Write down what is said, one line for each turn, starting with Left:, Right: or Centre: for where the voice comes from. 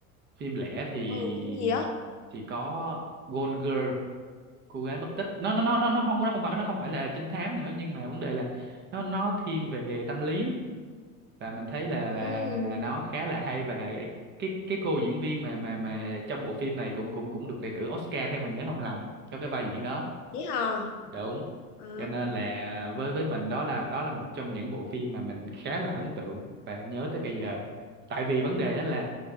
Right: phim lẻ thì
Left: ừ phim gì á
Right: thì có Gone Girl cô gái mất tích nó nó nó nó nó không nó không phải nó không phải là trinh thám nữa nhưng mà vấn đề là nó nó thiên về tâm lý và mình thấy là
Left: Ừ,
Right: là nó khá là hay và cái cái cô diễn viên mà mà mà trong bộ phim này cũng cũng cũng được đề cử Oscar theo mình nhớ không lầm cho cái vai diễn đó
Left: vậy hả?
Right: đúng
Left: À,
Right: cho nên là với với mình đó là đó là một trong những bộ phim mà mình khá là ấn tượng và nhớ tới bây giờ tại vì vấn đề đó là